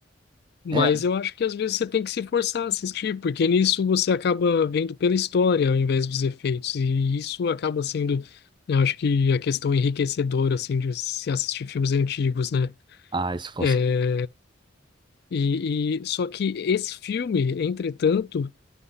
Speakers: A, on the left; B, on the right.
A: Mas
B: É.
A: eu acho que às vezes você tem que se forçar a assistir, porque nisso você acaba vendo pela história ao invés dos efeitos. E isso acaba sendo, eu acho que a questão enriquecedora, assim, de se assistir filmes antigos, né?
B: Ah, isso com
A: É,
B: cer-
A: E, e só que esse filme, entretanto,